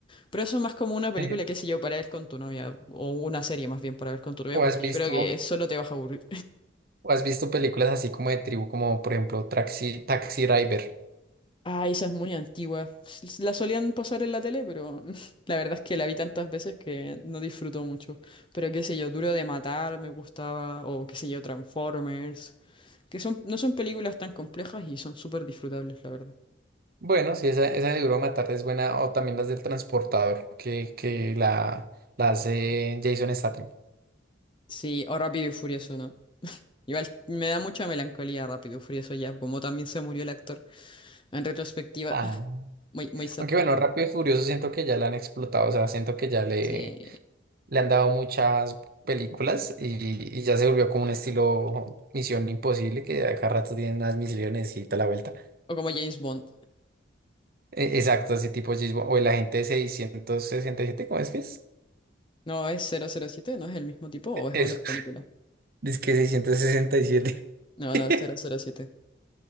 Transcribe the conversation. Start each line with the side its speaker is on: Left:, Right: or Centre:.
Left: Pero eso es más como una película,
Right: <laughs> Eje.
Left: qué sé yo, para ver con tu novia, o una serie más bien para ver con tu novia,
Right: ¿O
Left: porque
Right: has visto?
Left: yo creo que solo te vas a aburrir.
Right: ¿O has visto películas así como de tribu, como por ejemplo Taxi, Taxi Driver?
Left: Ah, esa es muy antigua. S- La solían pasar en la tele, pero <laughs> la verdad es que la vi tantas veces que no disfruto mucho. Pero qué sé yo, Duro de Matar me gustaba, o qué sé yo, Transformers, que son, no son películas tan complejas y son súper disfrutables, la verdad.
Right: Bueno, sí, esa, esa de Duro de Matar es buena, o también las del Transportador, que, que la, la hace Jason Statham.
Left: Sí, o Rápido y Furioso, ¿no? Igual me da mucha melancolía Rápido y Furioso ya, como también se murió el actor en retrospectiva.
Right: Ah.
Left: <laughs> Muy, muy sad.
Right: Aunque bueno, Rápido y Furioso siento que ya la han explotado, o sea, siento que ya le,
Left: Sí.
Right: le han dado muchas películas y, y ya se volvió como un estilo Misión Imposible, que a cada rato tienen unas misiones y toda la vuelta.
Left: O como James Bond.
Right: E- Exacto, así tipo James Bond, o el agente seiscientos sesenta y siete ¿cómo es que
Left: No, es cero cero siete, ¿no es el mismo tipo o es
Right: es?
Left: otra película?
Right: Dice que 667.
Left: No,
Right: <laughs>
Left: no, cero cero siete.